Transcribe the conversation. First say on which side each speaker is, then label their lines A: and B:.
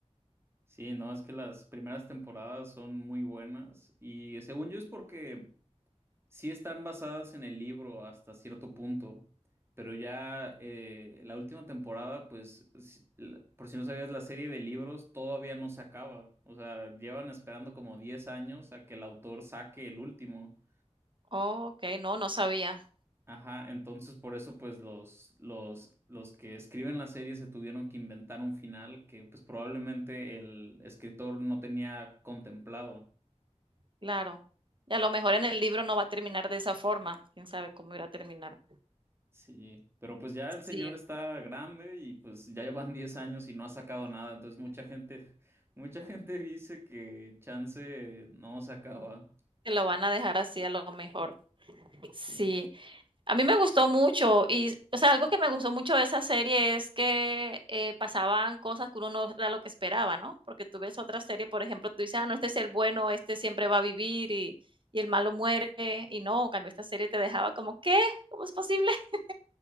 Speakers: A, on the right; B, on the right.
A: Sí, no, es que las primeras temporadas son muy buenas y según yo es porque sí están basadas en el libro hasta cierto punto, pero ya eh, la última temporada, pues, si- la- por si no sabías, la serie de libros todavía no se acaba, o sea, llevan esperando como 10 años a que el autor saque el último.
B: Okey, no, no sabía.
A: Ajá, entonces por eso pues los, los, los que escriben la serie se tuvieron que inventar un final que pues probablemente el escritor no tenía contemplado.
B: Claro. Y a lo mejor en el libro no va a terminar de esa forma. Quién sabe cómo irá a terminar.
A: Sí, pero pues ya el señor
B: Sí,
A: está grande y pues ya llevan 10 años y no ha sacado nada, entonces mucha gente, mucha gente dice que chance no sacaba.
B: que lo van a dejar así a lo mejor.
A: Sí,
B: Sí. A mí me gustó mucho y, o sea, algo que me gustó mucho de esa serie es que, eh, pasaban cosas que uno no era lo que esperaba, ¿no? Porque tú ves otra serie, por ejemplo, tú dices: "Ah, no, este es el bueno, este siempre va a vivir y y el malo muere", y no, en cambio esta serie te dejaba como: "¿Qué? ¿Cómo es posible?". <laughs>